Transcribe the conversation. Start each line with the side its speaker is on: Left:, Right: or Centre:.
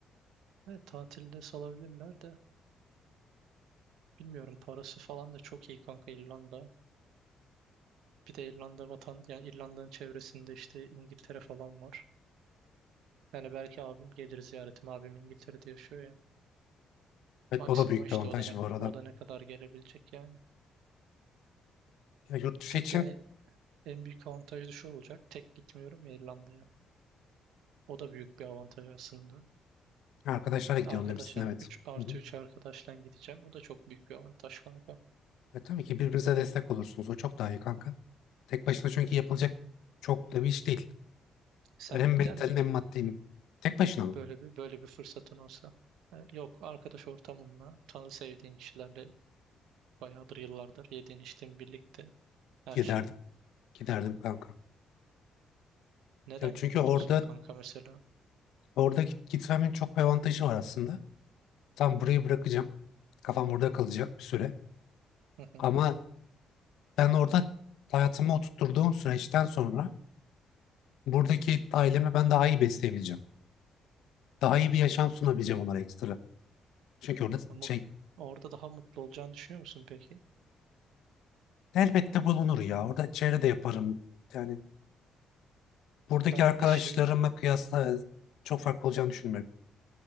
Right: Evet, tatilde salabilirler de bilmiyorum. Parası falan da çok iyi kanka İrlanda. Bir de İrlanda vatan yani İrlanda'nın çevresinde işte İngiltere falan var. Yani belki abim gelir ziyaretim. Abim İngiltere'de yaşıyor
Left: Evet
Right: Maksimum
Left: bu da büyük
Right: işte
Left: bir avantaj
Right: o da ne,
Left: bu arada.
Right: o da ne kadar gelebilecek yani.
Left: Ya yurt dışı
Right: Tek
Left: için
Right: yani en büyük avantajı da şu olacak. Tek gitmiyorum ya İrlanda'ya. O da büyük bir avantaj aslında.
Left: arkadaşlara gidiyorum
Right: Arkadaşa
Left: demişsin evet.
Right: 3 artı
Left: Hı hı.
Right: 3 arkadaşla gideceğim. O da çok büyük bir avantaj kanka.
Left: E tabii ki birbirinize destek olursunuz. O çok daha iyi kanka. Tek başına çünkü yapılacak çok da bir iş değil.
Right: Sen
Left: Yani hem
Right: gider
Left: mentalin
Right: miydin?
Left: hem maddin. Tek başına mı?
Right: Böyle bir böyle bir fırsatın olsa. E, yok arkadaş ortamında tanı sevdiğin kişilerle bayağıdır yıllardır yediğin içtiğin birlikte her
Left: Giderdim.
Right: şeyi.
Left: Giderdim kanka.
Right: Neden
Left: Ya çünkü
Right: gidiyorsun
Left: orada
Right: kanka mesela?
Left: orada git, gitmemin çok bir avantajı var aslında. Tam burayı bırakacağım. Kafam burada kalacak bir süre.
Right: Hı hı.
Left: Ama ben orada hayatımı oturtturduğum süreçten sonra buradaki ailemi ben daha iyi besleyebileceğim. Daha iyi bir yaşam sunabileceğim onlara ekstra. Çünkü orada
Right: Mut-
Left: şey
Right: Orada daha mutlu olacağını düşünüyor musun peki?
Left: elbette bulunur ya. Orada çevre de yaparım. Yani buradaki
Right: Ben
Left: arkadaşlarıma
Right: bir de şey
Left: kıyasla çok farklı olacağını düşünmüyorum.